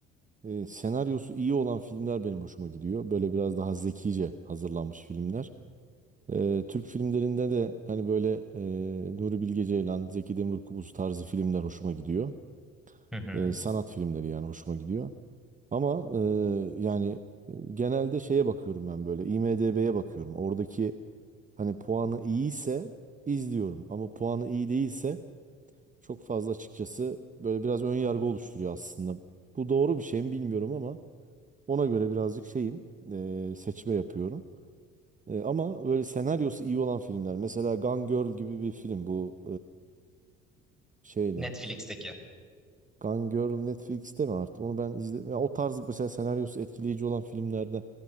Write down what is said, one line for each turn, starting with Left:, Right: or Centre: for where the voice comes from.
Right: eee, senaryosu iyi olan filmler benim hoşuma gidiyor. Böyle biraz daha zekice hazırlanmış filmler. Eee, Türk filmlerinde de hani böyle eee Nuri Bilge Ceylan, Zeki Demirkubuz tarzı filmler hoşuma gidiyor.
Centre: Hı hı.
Right: Eee, sanat filmleri yani hoşuma gidiyor. Ama e, yani genelde şeye bakıyorum ben böyle IMDb'ye bakıyorum. Oradaki hani puanı iyiyse izliyorum ama puanı iyi değilse çok fazla açıkçası böyle biraz ön yargı oluşturuyor aslında. Bu doğru bir şey mi bilmiyorum ama ona göre birazcık şeyim e, seçme yapıyorum. E, ama böyle senaryosu iyi olan filmler mesela Gone Girl gibi bir film bu e, şeyde
Centre: Netflix'teki.
Right: Gone Girl Netflix'te mi artık? Onu ben izledim. o tarz mesela senaryosu etkileyici olan filmlerden